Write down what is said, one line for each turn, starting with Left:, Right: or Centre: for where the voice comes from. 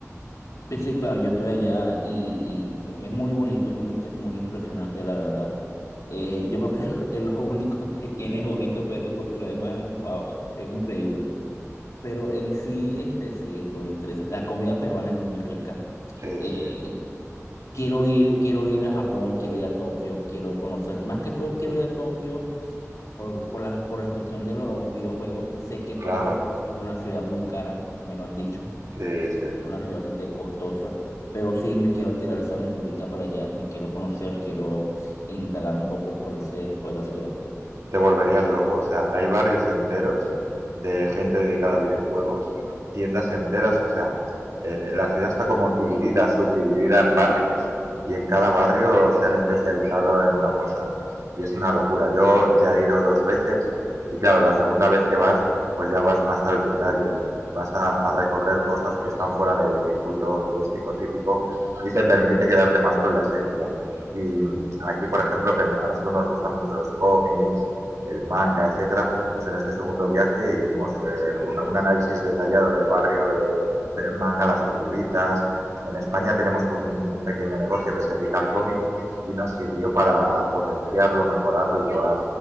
Left: Sí, sí, claro, yo estoy allá y, y es muy bonito, es muy, inte- muy impresionante, la verdad. Eh, yo creo que <laughs> es lo, es lo único que tiene es bonito Perú, porque lo demás, wow, es increíble. Pero en sí, este sí, estuvo interesante. La comida peruana es muy rica.
Right: Sí,
Left: Eh,
Right: sí,
Left: quiero ir, quiero ir a Japón, quiero ir a Tokio, quiero conocer. Más que todo, quiero ir a Tokio por, por la, por la cuestión de los videojuegos. Sé que Tokio
Right: claro,
Left: es una ciudad muy cara, me lo han dicho.
Right: sí, sí.
Left: Es una ciudad bastante costosa, pero sí me quiero tirar esa aventurita para allá, me quiero conocer, quiero indagar un poco por ese, por esa ciudad.
Right: te volverías loco. O sea, hay barrios enteros de gente dedicada a videojuegos, tiendas enteras, o sea, eh, la ciudad está como dividida, subdividida en barrios y en cada barrio se han especializado en una cosa. Y es una locura. Yo ya he ido dos veces y claro, la segunda vez que vas, pues ya vas más al detalle. Vas a, a recorrer cosas que están fuera del circuito turístico típico y te permite quedarte más con la esencia. Y mm, aquí, por ejemplo, que a nosotros nos gustan mucho los cómics, el manga, etcétera, pues en este segundo viaje hicimos eh, un, un, análisis detallado del barrio de, del manga, las figuritas. En España tenemos un, un pequeño negocio que se dedica al cómic y nos sirvió para potenciarlo, mejorarlo y llevar